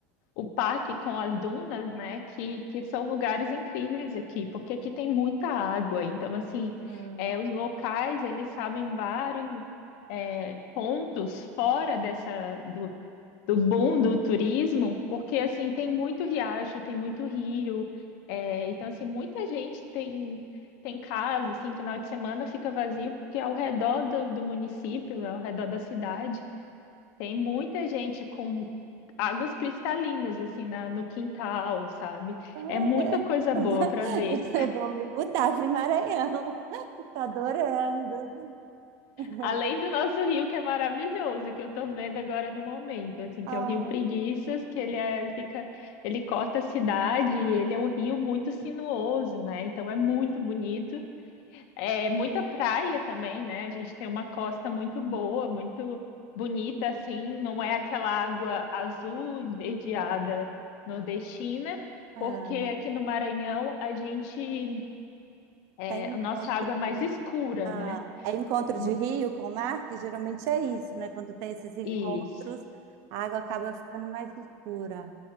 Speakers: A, on the left; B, on the right.
A: o parque com as dunas, né, que, que são lugares incríveis aqui, porque aqui tem muita água. Então, assim,
B: ah,
A: é, os locais, eles sabem vários é, pontos fora dessa, do boom do turismo, porque assim tem muito riacho, tem muito rio, é, então assim muita gente tem tem casa, assim final de semana fica vazio porque ao redor do, do município, ao redor da cidade, tem muita gente com águas cristalinas assim na- no quintal, sabe?
B: cara,
A: É muita coisa
B: <laughs>
A: boa para ver.
B: eu vou me mudar para o Maranhão. <laughs> Tô adorando. <laughs>
A: Além do nosso rio, que é maravilhoso, que eu tô vendo agora no momento, assim,
B: Ai,
A: que é o Rio Preguiças, que ele é- fica, ele corta a cidade e ele é um rio muito sinuoso, né? Então é muito bonito. É muita praia também, né? A gente tem uma costa muito boa, muito bonita, assim, não é aquela água azul esverdeada nordestina,
B: ah,
A: porque aqui no Maranhão a gente, é,
B: tem encontro.
A: a nossa água é mais escura,
B: Ah,
A: né?
B: é encontro
A: Hum,
B: de rio com o mar, que geralmente é isso, né? Quando tem esses encontros,
A: Isso.
B: a água acaba ficando mais escura.